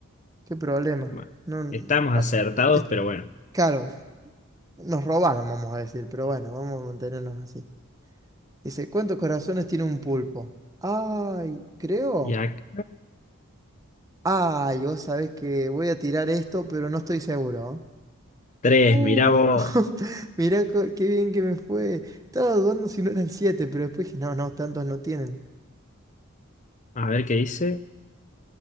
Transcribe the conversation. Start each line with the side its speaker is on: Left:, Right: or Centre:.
Right: qué problema.
Left: Bueno,
Right: No, n-
Left: estamos
Right: a-
Left: acertados,
Right: es,
Left: pero bueno.
Right: claro, nos robaron, vamos a decir, pero bueno, vamos a mantenernos así. Dice, ¿cuántos corazones tiene un pulpo? Ay, creo.
Left: Y acá,
Right: Ay, vos sabés que voy a tirar esto, pero no estoy seguro.
Left: tres,
Right: Uh,
Left: mirá vos.
Right: <laughs> mirá co- qué bien que me fue. Estaba dudando si no eran siete, pero después dije, no, no, tantos no tienen.
Left: A ver qué dice.